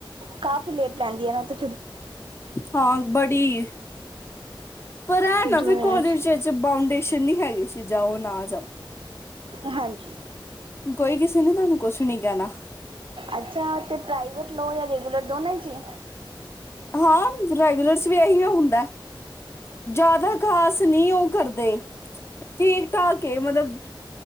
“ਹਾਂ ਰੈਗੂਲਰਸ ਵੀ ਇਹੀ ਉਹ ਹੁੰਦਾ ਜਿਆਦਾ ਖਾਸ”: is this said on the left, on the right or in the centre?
Left